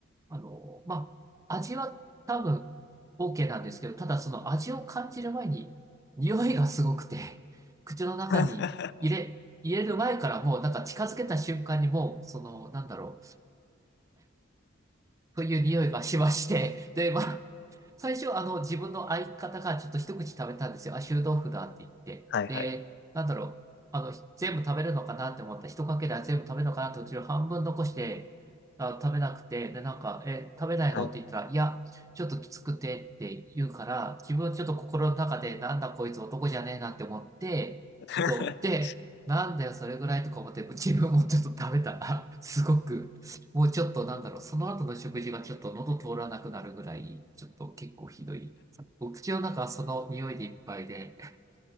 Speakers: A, on the right (about 15°); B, on the left (about 55°).
A: あの、まあ、味は多分 OK なんですけど、ただその味を感じる前に、匂いがすごくて、口の中に入れ、
B: <laughs>
A: 入れる前からもうなんか近づけた瞬間にもう、その、なんだろう、という匂いがしまして、で、まあ、最初、あの、自分の相方がちょっと一口食べたんですよ。あ、臭豆腐だって言って。
B: はいはい。
A: で、なんだろう。あの、全部食べるのかなって思った。一かけら全部食べるのかなってうちの半分残して、あ、食べなくて、で、なんか、え、食べないのって言ったら、
B: はい。
A: いや、ちょっときつくてって言うから、自分はちょっと心の中で、なんだこいつ男じゃねえなって思って、
B: <laughs>
A: ちょっと、で、なんだよ、それぐらいとか思って、自分もちょっと食べたら、すごく、もうちょっとなんだろう、その後の食事がちょっと喉通らなくなるぐらい、ちょっと結構ひどい。お口の中はその匂いでいっぱいで、